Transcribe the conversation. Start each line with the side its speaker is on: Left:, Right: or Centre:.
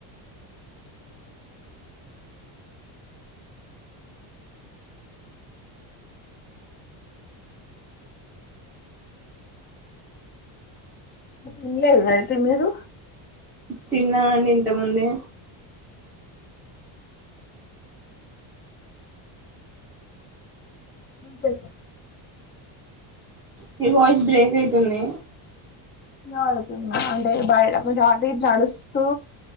Left: తిన్లేదా అయితే మీరు
Centre: తిన్నాను అండి ఇంత ముందే
Left: ఉమ్ బెచు
Centre: మీ వాయిస్ బ్రేక్ అయితుంది
Left: ఆడుతున్నా అంటే బయట కొంచెం అటు ఇటు నడుస్తూ